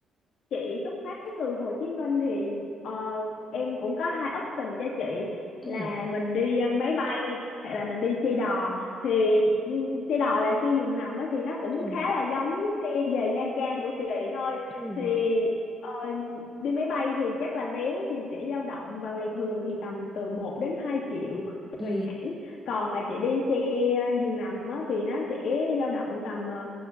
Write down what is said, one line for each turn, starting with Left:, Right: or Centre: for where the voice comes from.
Left: chị xuất phát từ Hồ Chí Minh thì ờ, em cũng có hai option cho chị
Centre: Ừ.
Left: là mình đi ờ, máy bay hoặc là mình đi xe đò thì ừ, xe đò là xe giường nằm á, thì nó cũng
Centre: Ừ.
Left: khá là giống xe về Nha Trang của chị thôi
Centre: ừ
Left: thì ờ, đi máy bay thì chắc là vé thì sẽ dao động vào ngày thường thì tầm từ một đến 2 triệu
Centre: ừ
Left: tùy hãng còn mà chị đi xe ờ, giường nằm á, thì nó sẽ dao động tầm ờ,